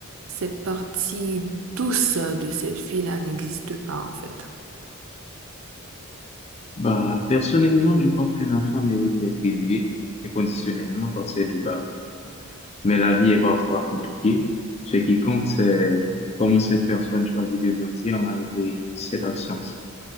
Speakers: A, on the right; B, on the left.
A: Cette partie douce de cette fille-là n'existe pas, en fait.
B: bah, personnellement, je pense qu'un enfant mérite d'être aimé inconditionnellement par ses deux parents. Mais la vie est parfois compliquée. Ce qui compte, c'est comment cette personne choisit de grandir malgré cette absence.